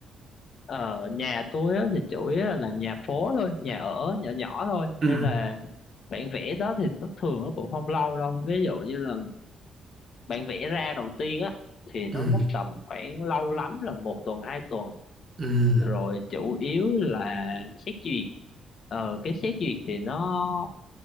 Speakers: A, on the left (about 60°); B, on the right (about 40°).
A: ở nhà tôi á, thì chủ yếu là làm nhà phố thôi nhà ở nhỏ nhỏ thôi
B: ừ
A: nên là bản vẽ đó thì nó thường nó cũng không lâu đâu ví dụ như là bản vẽ ra đầu tiên á thì nó
B: Ừ,
A: mất tầm khoảng lâu lắm là một tuần hai tuần
B: ừ.
A: rồi chủ yếu là xét duyệt ờ cái xét duyệt thì nó